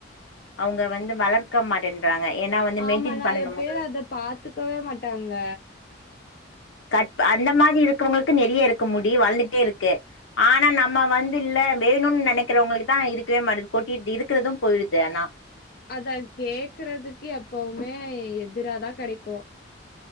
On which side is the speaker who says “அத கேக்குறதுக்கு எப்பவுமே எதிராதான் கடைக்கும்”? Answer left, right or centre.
Left